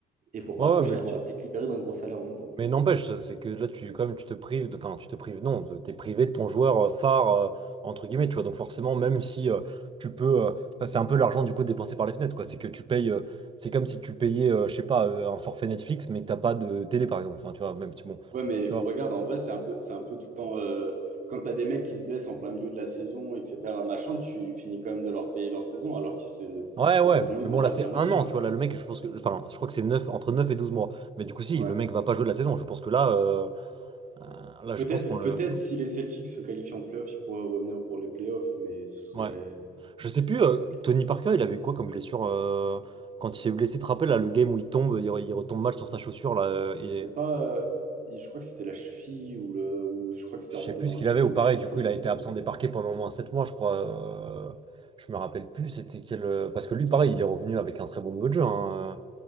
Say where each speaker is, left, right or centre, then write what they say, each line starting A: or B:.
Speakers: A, on the right (about 50°); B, on the right (about 30°).
A: et pour
B: Ouais,
A: pas trop
B: ouais,
A: cher,
B: mais bon.
A: tu vois, et te libérer d'un gros salaire en même temps.
B: Mais n'empêche, ça, c'est que là, tu, quand même, tu te prives, de- enfin, tu te prives, non, t'es privé de ton joueur euh, phare, euh, entre guillemets, tu vois. Donc forcément, même si euh, tu peux, euh, enfin, c'est un peu l'argent du coup dépensé par les fenêtres, quoi. C'est que tu payes, euh, c'est comme si tu payais, euh, je sais pas, euh, un forfait Netflix, mais que t'as pas de télé, par exemple. Enfin, tu vois, même si bon,
A: Ouais, mais
B: tu vois.
A: regarde, en vrai, c'est un peu, c'est un peu tout le temps. euh, quand t'as des mecs qui se blessent en plein milieu de la saison, etc., machin, tu finis quand même de leur payer leur saison, alors qu'ils se,
B: Ouais, ouais,
A: potentiellement,
B: mais
A: ils vont
B: bon,
A: rater
B: là, c'est
A: la moitié,
B: un
A: tu
B: an,
A: vois.
B: tu vois. Là, le mec, je pense que, enfin, je crois que c'est 9 entre 9 et 12 mois. Mais du coup, si,
A: Ouais.
B: le mec va pas jouer de la saison. Je pense que là, euh, euh, là,
A: Peut-être,
B: je pense qu'on le.
A: peut-être si les Celtics se qualifient en playoff, ils pourraient revenir pour les playoffs, mais ce serait,
B: ouais. Je sais
A: ce
B: plus,
A: serait
B: euh,
A: compliqué.
B: Tony Parker, il avait quoi comme blessure euh, quand il s'est blessé, tu te rappelles, là, le game où il tombe, il, il retombe mal sur sa chaussure, là, euh,
A: C'est
B: et
A: pas. euh, je crois que c'était la cheville ou le, ou je crois que c'était
B: je
A: remonté
B: sais plus
A: dans
B: ce
A: le
B: qu'il
A: genou,
B: avait, ou pareil,
A: je sais
B: du
A: plus
B: coup, il
A: exactement.
B: a été absent des parquets pendant au moins 7 mois, je crois. euh, je me rappelle plus, c'était quel. euh, parce que lui, pareil, il est revenu avec un très bon niveau de jeu. hein,